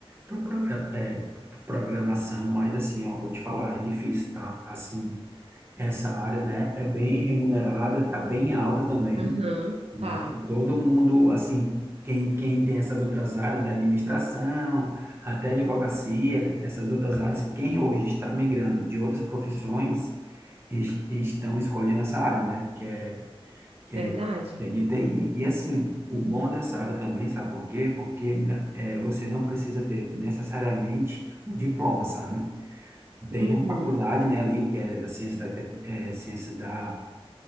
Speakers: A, on the right (about 25°); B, on the right (about 80°).
A: pro- progra- é, programação, mas assim, ó, vou te falar, é difícil, tá? Assim, essa área, né, é bem remunerada, tá bem alta também,
B: aham,
A: né?
B: tá,
A: Todo mundo, assim, quem, quem tem essas outras áreas, né, administração, até advocacia, essas outras áreas, quem hoje está migrando de outras profissões es- estão escolhendo essa área, né, que é, que
B: verdade?
A: é, que é de TI. E, assim, o bom dessa área também, sabe por quê? Porque na- é, você não precisa ter necessariamente o diploma, sabe? Tem
B: Uhum,
A: a faculdade, né, ali, que é da ciência da, tec- é, ciência da,